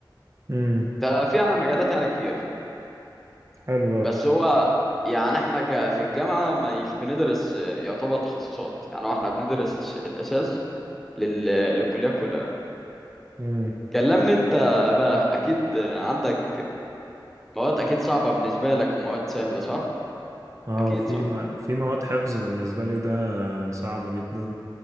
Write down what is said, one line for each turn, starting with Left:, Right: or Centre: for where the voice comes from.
Right: امم
Centre: ففي يعني مجالات يعني كتير
Right: حلو
Centre: بس هو يعني احنا ك في الجامعة مش بندرس آه، يعتبر تخصصات يعني هو احنا بندرس الأساس لل... للكلية كلها
Right: قوي
Centre: كلمني انت بقى اكيد عندك مواد اكيد صعبة بالنسبة لك ومواد سهلة صح؟
Right: اه
Centre: اكيد
Right: في
Centre: صح؟
Right: م... في مواد حفظ بالنسبة لي ده صعب جدا